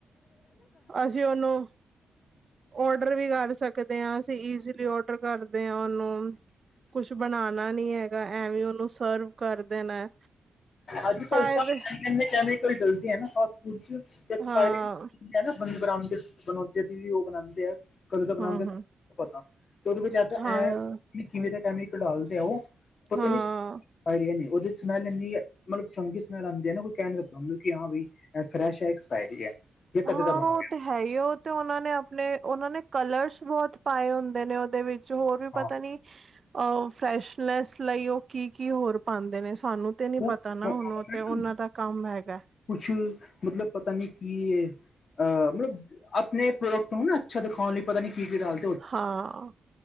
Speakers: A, on the right (about 40°); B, on the left (about 55°).
A: ਅਸੀਂ ਉਹਨੂੰ ਔਡਰ ਵੀ ਕਰ ਸਕਦੇ ਹਾਂ, ਅਸੀਂ ਈਜ਼ਲੀ ਔਡਰ ਕਰਦੇ ਹਾਂ ਉਹਨੂੰ। ਕੁਛ ਬਣਾਣਾ ਨੀ ਹੈਗਾ ਐਵੇਂ ਉਹਨੂੰ ਸਰਵ ਕਰ ਦੇਣਾ।
B: ਅੱਜ- ਕੱਲ
A: ਫਾਇਦੇ
B: ਤਾਂ ਇਨੇ-ਇਨੇ ਕੈਮੀਕਲ ਡਲਦੇ ਆ ਨਾਂ ਫਾਸਟ ਫੂਡ ਚ। <unintelligible> <inaudible>
A: ਹਾਂ
B: ਹੁੰਦੀ ਹੈ ਨਾਂ। ਬੰਦੇ ਬਣਾਉਂਦੇ- ਬਣਾਉਂਦੇ ਵੀ ਉਹ ਬਣਾਉਂਦੇ ਆ ਕਦੋਂ ਤੱਕ ਬਣਾਉਂਦੇ
A: ਹਮ ਹਮ
B: ਪਤਾ। ਤੇ ਉਹਦੇ ਵਿੱਚ ਆਪ ਐ
A: ਹਾਂ
B: ਕਿਵੇਂ ਦਾ ਕੈਮੀਕਲ ਡਾਲਦੇ ਆ ਉਹ ਪਤਾ
A: ਹਾਂ
B: ਨੀਂ ਉਹਦੇ 'ਚ ਸੱਮੈਲ ਇੰਨੀ ਮਤਲਬ ਚੰਗੀ ਸੱਮੈਲ ਆਂਦੀ ਹੈ ਨਾਂ ਕੋਈ ਕਹਿ ਨੀ ਸਕਦਾ ਉਹਨੂੰ ਕਿ ਹਾਂ ਬ ਫਰੈਸ਼ ਹੈ ਐਕਸਪਾਇਰੀ ਹੈ। ਜਾਂ
A: ਹਾਂ
B: ਕਦੇ ਦਾ ਬਣਾ
A: ਉਹ
B: ਹੋਇਆ
A: ਤੇ ਹੈ ਹੀ ਉਹਨਾਂ ਨੇ ਆਪਣੇ ਉਹਨਾਂ ਨੇ ਕਲਰਸ ਬਹੁਤ ਪਾਏ ਹੁੰਦੇ ਨੇ ਉਹਦੇ ਵਿੱਚ ਹੋਰ ਵੀ
B: ਹਾਂ
A: ਪਤਾ ਨੀਂ ਆਹੋ ਫਰੈਸ਼ਨੈਸ ਲਈ ਉਹ ਕੀ- ਕੀ ਹੋਰ ਪਾਉਂਦੇ ਨੇ ਸਾਨੂੰ ਤੇ ਨੀਂ
B: ਉਹ-
A: ਪਤਾ ਨਾਂ ਹੁਣ ਤੇ ਉਹਨਾਂ ਦਾ ਕੰਮ ਹੈਗਾ।
B: ਕੁਛ ਮਤਲਬ ਪਤਾ ਨੀਂ ਕੀ ਏ। ਅ ਮਤਲਬ ਆਪਣੇ ਪ੍ਰੋਡਕਟ ਨੂੰ ਨਾਂ ਅੱਛਾ ਦਿਖਾਉਣ ਲਈ ਪਤਾ ਨੀਂ ਕੀ ਕੀ ਡਾਲ
A: ਹਾਂ